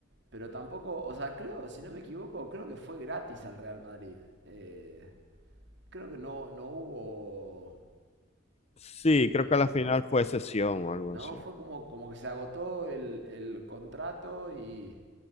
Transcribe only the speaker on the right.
pero tampoco, o sea, creo, si no me equivoco, creo que fue gratis al Real Madrid. Eh, creo que no, no hubo,
eh,
no,
fue como, como que se agotó el, el contrato y,